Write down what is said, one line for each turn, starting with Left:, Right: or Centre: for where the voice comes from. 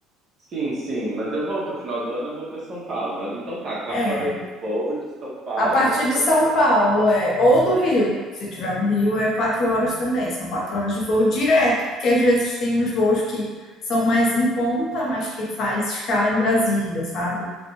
Right: Sim, sim, mas eu vou pro final do ano, eu vou para São Paulo. Mas então tá, quatro
Left: É.
Right: horas de voo de São Paulo
Left: A partir
Right: até
Left: de São
Right: Manaus.
Left: Paulo é, ou do Rio, se tiver no Rio, é quatro horas também, são quatro horas de voo direto, porque às vezes tem uns voos que são mais em conta, mas que faz escala em Brasília, sabe?